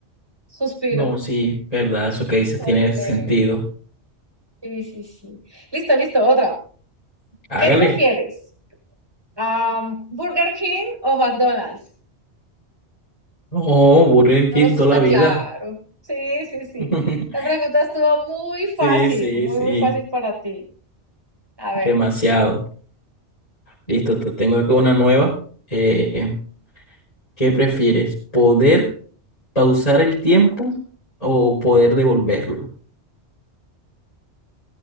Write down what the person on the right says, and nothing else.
suspiro.
Completo.
Sí, sí, sí. Listo, listo, otra.
¿Qué prefieres? Am, ¿Burger King o McDonald's?
No,
esto
está
claro. Sí, sí, sí.
La pregunta estuvo muy fácil,
muy,
muy fácil para ti. A ver,